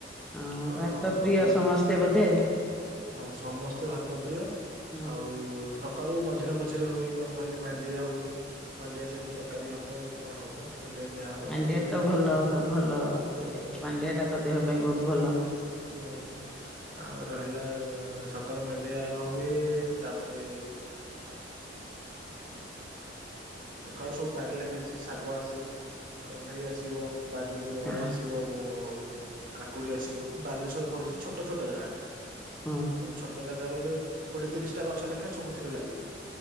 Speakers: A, in the centre; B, on the right.
A: ହଁ
B: ଅ
A: ଭାତ
B: ସକାଳୁ
A: ପ୍ରିୟ ସମସ୍ତେ ବୋଧେ
B: ହଁ ସମସ୍ତେ ଭାତ ପ୍ରିୟ
A: ହଁ।
B: ଆଉ ସକାଳୁ ମଝିରେ ମଝିରେ ହୁଏ କଣ କହିଲେ ମାଣ୍ଡିଆ ହୁଏ ମାଣ୍ଡିଆ ସହିତ ତରକାରୀ ହବ କଣ ହବ ମାଣ୍ଡିଆ ଖିଆ ହବ
A: ମାଣ୍ଡିଆ
B: ତାପରେ
A: ତ ଭଲ
B: ତରକାରୀ
A: ଭଲ ହୁଏ
B: ହଁ
A: ମାଣ୍ଡିଆ ଟା ତ ଦେହ
B: ଆ
A: ପାଇଁ ବହୁତ ଭଲ ନା
B: ହୁଁ ଆଉ ରହିଲା ସକାଳ ମାଣ୍ଡିଆ ହୁଏ ତାପରେ ସକାଳ ସବୁ ବାଡ଼ି ଲାଗିଛି ଶାଗ ଆସିବ ଭେଳି ଆସିବ ବାରିରୁ ଗୁଆଁର
A: ହଁ
B: ଆସିବ <unintelligible> ହଉା କୋଡି ଆସିବ ବାରିରେ ସବୁ ପଳୁଛି ଛୋଟ ଛୋଟ ଜାଗା
A: ଉଁ।
B: ଛୋଟ ଜାଗା ବୋଲେ କୋଡିଏ ତିରିଶ ଟା ଗଛ ଲେଖାଏଁ ସବୁଥିରେ ଲାଗିଛି